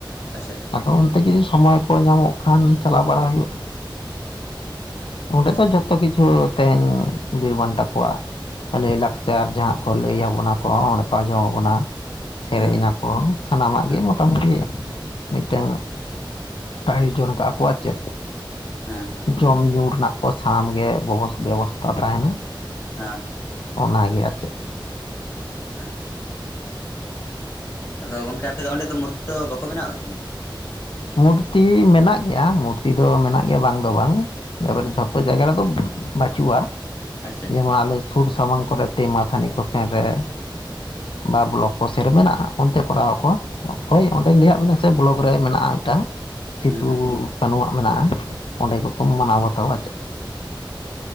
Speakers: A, on the left; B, on the left.
A: ᱟᱪᱪᱷᱟ ᱪᱪᱷᱟ᱾
B: ᱟᱫᱚ ᱚᱱᱛᱮ ᱡᱩᱫᱤ ᱥᱚᱢᱚᱭ ᱠᱚ ᱧᱟᱢᱚᱜ ᱠᱷᱟᱱ ᱪᱟᱞᱟᱣ ᱵᱟᱲᱟ ᱦᱩᱭᱩᱜ-ᱟ᱾ ᱚᱸᱰᱮ
A: ᱟᱪᱪᱷᱟ
B: ᱫᱚ ᱡᱷᱚᱛᱚ ᱠᱤᱪᱷᱩ ᱛᱮᱦᱮᱧ ᱵᱤᱨ ᱵᱟᱱᱴᱟ ᱠᱚᱣᱟ- ᱞᱟᱹᱭ-ᱞᱟᱠᱪᱟᱨ ᱡᱟᱦᱟᱸ ᱠᱚ ᱞᱟᱹᱭᱟ ᱵᱚᱱᱟ ᱠᱚ ᱚᱸᱰᱮ ᱠᱚ ᱟᱸᱡᱚᱢ ᱟᱵᱚᱱᱟ᱾ ᱥᱮᱨᱮᱧ
A: ᱦᱩᱸ ᱦᱩᱸ
B: ᱟᱠᱚ ᱥᱟᱱᱟᱢᱟᱜ
A: ᱦᱮᱸ
B: ᱜᱮ ᱢᱚᱴᱟᱢᱩᱴᱤ ᱢᱤᱜᱴᱟᱹᱝ ᱟᱭᱳᱡᱚᱱ ᱠᱟᱜ-ᱟ ᱠᱚ ᱟ ᱪᱮᱫ
A: ᱦᱮᱸ
B: ᱡᱚᱢ ᱧᱩ ᱨᱮᱱᱟᱜ ᱠᱚ ᱥᱟᱱᱟᱢ ᱜᱮ ᱵᱮᱵᱚᱥ ᱵᱮᱵᱚᱥᱛᱟ ᱛᱟᱦᱮᱱᱟ᱾
A: ᱦᱮᱸ
B: ᱚᱱᱟᱜᱮ ᱟᱨ ᱪᱮᱫ᱾
A: ᱮᱸ ᱟᱫᱚ ᱜᱚᱝᱠᱮ ᱟᱯᱮ ᱫᱚ ᱚᱸᱰᱮ ᱫᱚ ᱢᱩᱨᱛᱤ ᱫᱚ ᱵᱟᱠᱚ ᱵᱮᱱᱟᱣ ᱠᱟᱜ ᱠᱤᱱᱟᱹ?
B: ᱢᱩᱨᱛᱤ ᱢᱮᱱᱟᱜ ᱜᱮᱭᱟ ᱢᱩᱨᱛᱤ ᱫᱚ ᱢᱮᱱᱟᱜ ᱜᱮᱭᱟ ᱵᱟᱝ ᱫᱚ ᱵᱟᱝ, ᱮᱵᱟᱨᱮ ᱡᱷᱚᱛᱚ
A: ᱟᱪᱪᱷᱟ
B: ᱡᱟᱭᱜᱟ ᱨᱮᱫᱚ ᱵᱟᱪᱩᱜ-ᱟ
A: ᱟᱪᱪᱷᱟ
B: ᱡᱮᱢᱚᱱ ᱟᱞᱮ ᱥᱩᱨ ᱥᱟᱢᱟᱝ ᱠᱚᱨᱮ ᱛᱮ ᱢᱟᱛᱷᱟᱹᱱᱤ ᱠᱚ ᱥᱮᱱᱨᱮ ᱵᱟ ᱵᱞᱚᱠ ᱠᱚ ᱥᱮᱱᱨᱮ ᱢᱮᱱᱟᱜ-ᱟ ᱚᱱᱛᱮ ᱠᱚᱨᱟᱶ ᱟᱠᱚᱶᱟ ᱦᱳᱭ ᱚᱸᱰᱮᱧ ᱞᱟᱹᱭ ᱟᱜ ᱵᱤᱱᱟ ᱥᱮ ᱵᱞᱚᱠ ᱨᱮ ᱢᱮᱱᱟᱜ-ᱟ ᱢᱤᱫᱴᱟᱝ ᱥᱤᱫᱩ
A: ᱦᱩᱸ ᱦᱩᱸ
B: ᱠᱟᱹᱱᱩᱣᱟᱜ ᱢᱮᱱᱟᱜ-ᱟ ᱚᱸᱰᱮ ᱠᱚᱠᱚ ᱢᱟᱱᱟᱣ ᱵᱟᱛᱟᱣᱟ ᱟ ᱪᱮᱫ᱾